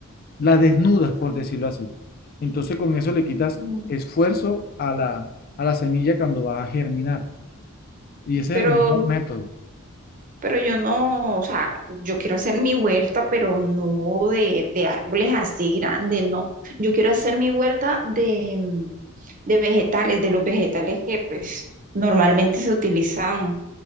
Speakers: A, on the left; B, on the right.
A: la desnudas, por decirlo así. Entonces con eso le quitas
B: no.
A: esfuerzo a la, a la semilla cuando va a germinar. Y ese
B: Pero,
A: es el mejor método.
B: pero yo no, o sea, yo quiero hacer mi huerta, pero no de, de árboles así grandes, no. Yo quiero hacer mi huerta de, mm, de vegetales, de los vegetales que pues normalmente se utilizan